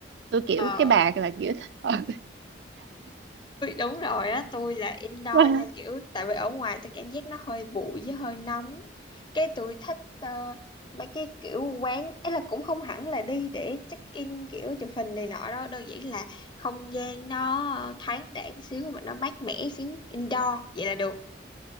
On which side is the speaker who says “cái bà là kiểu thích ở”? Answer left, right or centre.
Right